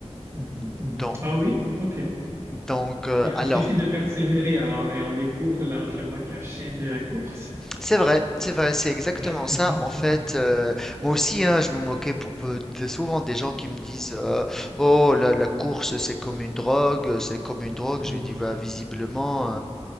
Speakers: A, on the right (about 25°); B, in the centre.
A: Mhm,
B: Donc
A: mhm. Ah oui? OK.
B: donc, heu,
A: Ok,
B: alors
A: Il suffit de persévérer alors et on découvre la joie cachée de la course.
B: C'est vrai, c'est vrai, c'est exactement
A: <laughs>
B: ça. En fait, euh, moi aussi, hein, je me moquais pour, pour- de- souvent des gens qui me disent euh, Oh, la, la course, c'est comme une drogue, c'est comme une drogue.
A: Mhm,
B: Je lui dis bah, Visiblement,